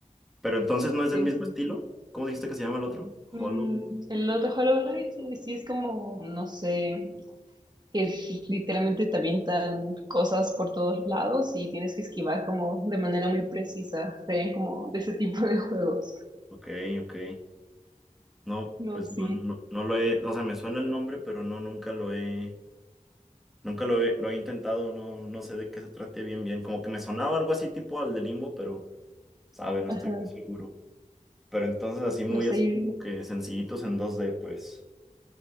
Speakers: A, in the centre; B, on the right.
A: Pero entonces no es del
B: Sí,
A: mismo
B: sí,
A: estilo.
B: sí.
A: ¿Cómo dijiste que se llama el otro? Hollow.
B: Mm, el otro Hollow Knight eh, sí es como, no sé. que literalmente te avientan cosas por todos lados y tienes que esquivar como de manera muy precisa. Serían como de ese tipo de juegos.
A: Ok, ok. No,
B: No,
A: pues
B: sí.
A: no, no, no lo he, o sea, me suena el nombre, pero no, nunca lo he, Nunca lo he, lo he intentado, no, no sé de qué se trate bien, bien. Como que me sonaba algo así tipo al de Limbo, pero, sabe, no
B: Ajá.
A: estoy muy seguro. Pero entonces así muy
B: No sé.
A: así
B: y-
A: como que sencillitos en 2D, pues.